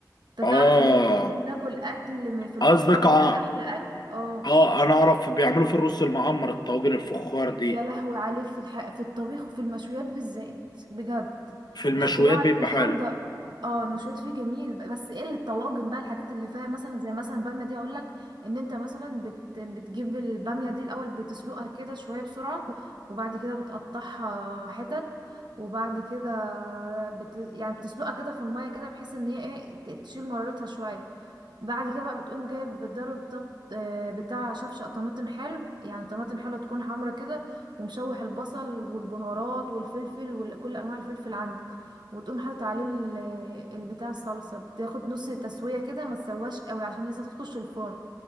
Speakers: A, on the right (about 80°); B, on the left (about 70°).
A: انت
B: اه
A: تعرف ان انت ممكن تاكل اكل م- في الفخار
B: قصدك
A: ده
B: ع-
A: احلى اكل اه
B: اه انا اعرف بيعملوا في الرز المعمر الطواجن الفخار دي
A: يا لهوي عليه في الح... في الطبيخ وفي المشويات بالذات بجد
B: في المشويات
A: اختراع
B: بيبقى
A: الفخار
B: حلو
A: ده اه المشويات فيه جميل ب- بس ايه اللي الطواجن بقى الحاجات اللي فيها مثلا زي مثلا الباميه دي اقول لك ان انت مثلا بت... بتجيب الباميه دي الاول بتسلقها كده شويه بسرعه وبعد كده بتقطعها حتت وبعد كده بت... يعني بتسلقها كده في الميه كده بحيث ان هي ايه ت- تشيل مرارتها شويه بعد كده بقى بتقوم جايب بتضرب طب آه، بتاع شفشق طماطم حلو يعني طماطم حلوه تكون حمرا كده ومشوح البصل والبهارات والفلفل وكل انواع الفلفل عندك وتقوم حاطط عليه ال- البتاع الصلصه بتاخد نص تسويه كده ما تسواش قوي عشان لسه تخش الفرن